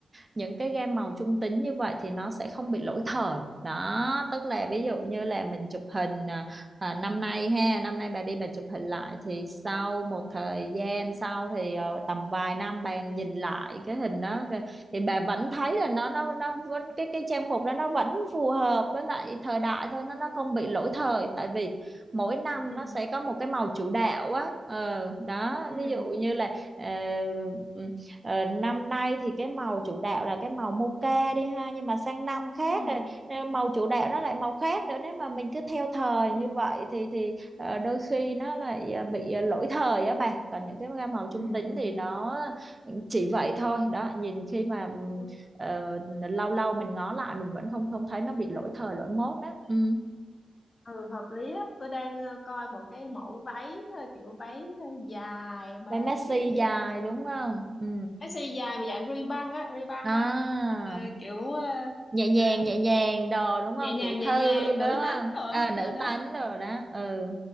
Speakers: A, on the right; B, on the left.
A: những cái gam màu trung tính như vậy thì nó sẽ không bị lỗi thời đó tức là ví dụ như là mình chụp hình à, à, năm nay ha năm nay bà đi bà chụp hình lại thì sau một thời gian sau thì ờ, tầm vài năm bà nhìn lại cái hình đó thì bà vẫn thấy là nó nó nó vẫn cái cái trang phục đó nó vẫn phù hợp với lại thời đại thôi nó
B: ừ
A: nó không bị lỗi thời tại
B: ừ
A: vì mỗi năm
B: ừ
A: nó sẽ có một cái màu chủ đạo á ờ, đó
B: ừ
A: ví dụ như là ờ, ừ, Ờ, năm nay thì cái màu chủ đạo là cái màu mocha đi ha nhưng mà sang năm khác
B: ừ
A: rồi, ờ, màu chủ đạo nó lại màu khác nữa nếu mà mình cứ theo thời
B: ừ
A: như vậy thì thì ờ, đôi khi nó lại ờ, bị ờ, lỗi thời á bà còn những cái gam màu trung
B: ừ
A: tính thì nó chỉ vậy thôi đó nhìn khi mà ừm,
B: ừ
A: ờ, lâu lâu mình ngó lại mình vẫn không không thấy nó bị lỗi thời lỗi mốt đó ừ.
B: ừ hợp lý á tôi đang ờ, coi một cái mẫu váy ờ, kiểu váy ờ, dài mà
A: Bé Messi
B: kiểu dạng
A: dài
B: ờ,
A: đúng không ừ.
B: cái size dài mà dạng ri băng á ri băng
A: à
B: á à, kiểu ờ,
A: nhẹ nhàng
B: ờ,
A: nhẹ nhàng đồ đúng
B: nhẹ
A: không
B: nhàng
A: tiểu
B: nhẹ
A: thư
B: nhàng
A: đúng
B: nữ
A: không
B: tánh rồi
A: à,
B: á.
A: nữ
B: nên đó
A: tánh rồi đó ừ